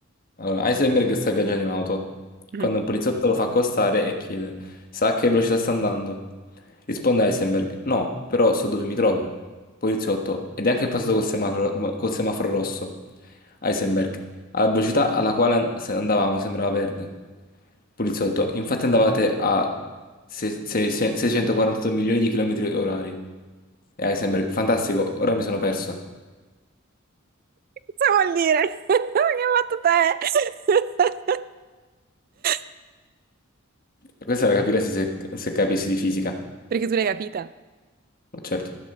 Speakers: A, on the left (about 45°); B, on the right (about 45°).
A: allora, Heisenberg sta viaggiando in auto.
B: Mm.
A: Quando un poliziotto lo fa accostare e chiede: Sa a che velocità sta andando? Risponde Heisenberg: No, però so dove mi trovo. Poliziotto: Ed è anche passato col semaforo, col semaforo rosso. Heisenberg: Alla velocità alla quale an- se- andavamo sembrava verde. Poliziotto: Infatti andavate a se- se- se- 648 milioni di chilometri orari. E Heisenberg: Fantastico, ora mi sono perso.
B: Cosa vuol dire? <laughs> Che hai fatto te? <laughs>
A: Questa la capiresti se, se capissi di fisica,
B: Perché tu l'hai capita?
A: certo.